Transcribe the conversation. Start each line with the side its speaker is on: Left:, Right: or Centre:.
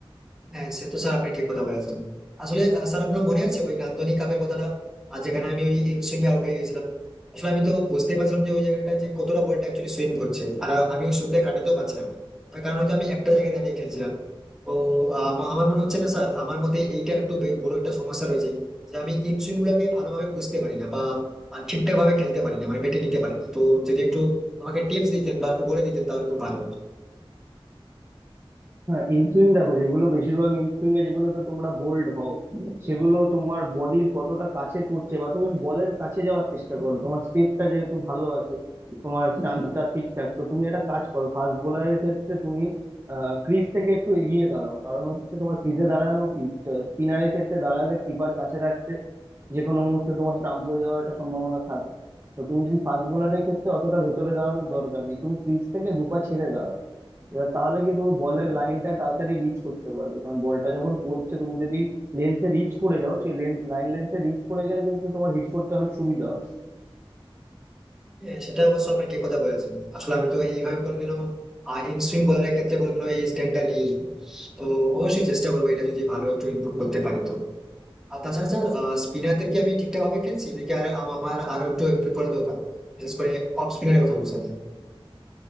Centre: হ্যাঁ সে তো স্যার আপনি ঠিক কথা বলেছেন আসলে আহ, স্যার আপনার মনে আছে ওই নান্দনিক কাপের কথাটা আর যেখানে আমি ওই সুইং আউট হয়ে গেছিলাম আসলে আমি তো বুঝতেই পারছিলাম যে ওই জায়গাটা যে কতটা বলটা অ্যাকচুয়ালি সুইং করছে আর আমি ওই সুইংটা কাটাতেও পারছিলাম না তার কারণ হয়তো আমি একটা জায়গায় দাঁড়িয়ে খেলছিলাম তো আহ, আমা- আমার মনে হচ্ছে না স্যার আমার মধ্যে এইটা একটু বে- বড় একটা সমস্যা রয়েছে যে আমি ইন সুইং গুলাকে ভালোভাবে বুঝতে পারি না বা ঠিকঠাক ভাবে খেলতে পারি না মানে বেটে নিতে পারি না তো যদি একটু আমাকে টিপস দিতেন বা একটু বলে দিতেন তাহলে খুব ভালো হতো
Right: হ্যাঁ ইনসুইং দেখো যেগুলো বেশিরভাগ ইনসুইং এ যেগুলোতে তোমরা বোল্ড হও সেগুলো তোমার বডির কতটা কাছে পড়ছে বা তুমি বলের কাছে যাওয়ার চেষ্টা করো তোমার স্টেপটা যেহেতু ভালো আছে তোমার স্টান্সটা ঠিকঠাক তো তুমি একটা কাজ করো ফাস্ট বোলারের ক্ষেত্রে তুমি ক্রিজ থেকে একটু এগিয়ে দাঁড়াও কারণ হচ্ছে তোমার ক্রিজে দাঁড়ানো কি স্পিনারের ক্ষেত্রে দাঁড়ালে কিপার কাছে থাকছে যে কোনো মুহূর্তে তোমার স্টাম্প হয়ে যাওয়ার একটা সম্ভাবনা থাকে তো তুমি যদি ফাস্ট বোলারের ক্ষেত্রে অতটা ভেতরে দাঁড়ানোর দরকার নেই তুমি ক্রিজ থেকে দুপা ছেড়ে দাঁড়াও এবার তাহলে কি তুমি বলের লাইনটা তাড়াতাড়ি রিচ করতে পারবে কারণ বলটা যখন পড়ছে তুমি যদি লেন্থে রিচ করে যাও সেই লেন্থ লাইন লেন্থে রিচ করে গেলে কিন্তু তোমার হিট করতে অনেক সুবিধা হবে
Centre: হ্যাঁ সেটা অবশ্য আপনি ঠিক কথা বলেছেন আসলে আমি তো এইভাবে কোনোদিনও ইন সুইং বলারের ক্ষেত্রে কোনোদিনও এই স্ট্যান্ডটা নেই তো অবশ্যই চেষ্টা করবো এটা যদি ভালো একটু ইমপ্রুভ করতে পারে তো আর তাছাড়া স্যার স্পিনারদের কি আমি ঠিকঠাক ভাবে খেলছি নাকি আর আম- আমার আরো একটু ইমপ্রুভ করা দরকার বিশেষ করে অফ স্পিনারের কথা বলছি আমি।